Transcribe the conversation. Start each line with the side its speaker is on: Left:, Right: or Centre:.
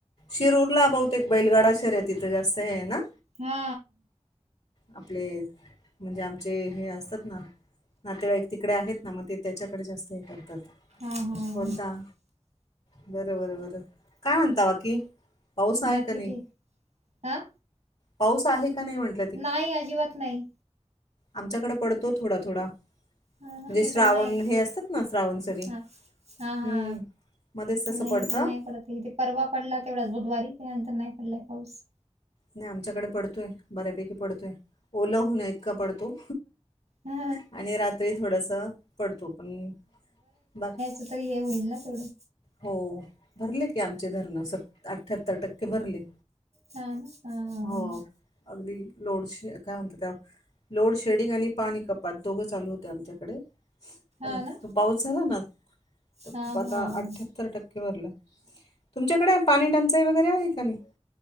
Left: शिरूरला बहुतेक बैलगाडा शहर ये तिथे जास्त हे ये ना
Right: हा
Left: आपले म्हणजे आमचे हे असतात ना नातेवाईक तिकडे आहेत ना मग ते त्याच्याकडे जास्त हे करतात
Right: हा हा
Left: बोलता बर बर बर काय म्हणता बाकी पाऊस आहे
Right: बाकी
Left: का नाही?
Right: ठीक हा
Left: पाऊस आहे का नाही म्हटलं.
Right: नाही अजिबात नाही.
Left: आमच्याकडं पडतो थोडा थोडा.
Right: हा ना
Left: म्हणजे श्रावण
Right: इकडे नाही
Left: हे असतात ना श्रावण सरी हम्म.
Right: हा हा हा
Left: मध्येच तसं
Right: नाही
Left: पडतं.
Right: इकडे नाही पडत इथे परवा पडला तेवढाच बुधवारी त्यानंतर नंतर नाही पडलाय पाऊस.
Left: नाही आमच्याकडे पडतोय बऱ्यापैकी पडतोय ओला होण्या इतका पडतो.
Right: हा
Left: आणि रात्री थोडस पडतो पण बाकी
Right: आता हे होईल ना तेवढं.
Left: हो भरले की आमचे धरण स अठ्याहत्तर टक्के भरले.
Right: हा ना हा हा हा.
Left: हो अगदी लोड शे काय म्हणतात त्या लोडशेडिंग आणि पाणी कपात दोघ चालू होते आमच्याकडे पण
Right: हा
Left: आता
Right: ना
Left: तो पाऊस झाला ना तर
Right: हा
Left: खूप आता
Right: हा
Left: आत सतर टक्के भरलं तुमच्याकडे पाणी टंचाई वगैरे आहे का नाही?